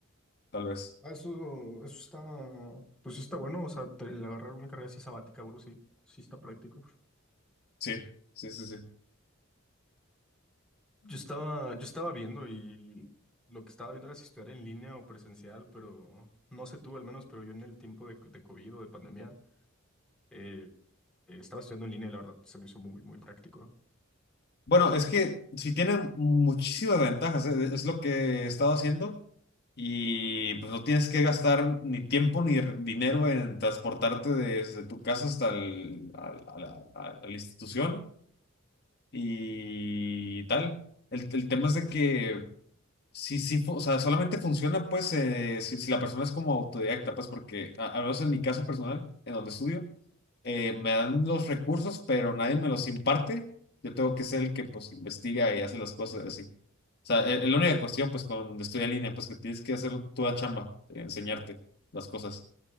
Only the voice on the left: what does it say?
tal vez.
Sí, sí, sí, sí.
Bueno, es que sí tiene muchísimas ventajas, eh, es lo que he estado haciendo y pues no tienes que gastar ni tiempo ni r- dinero en transportarte desde tu casa hasta el- al- a, la, a la institución y tal. El, el tema es de que sí, sí, fu- o sea, solamente funciona pues eh, si, si la persona es como autodidacta, pues porque a, al menos en mi caso personal, en donde estudio eh, me dan los recursos, pero nadie me los imparte. Yo tengo que ser el que pues investiga y hace las cosas así. O sea, es es la única cuestión pues cuando estudia en línea, pues que tienes que hacer tu chamba, eh, enseñarte las cosas.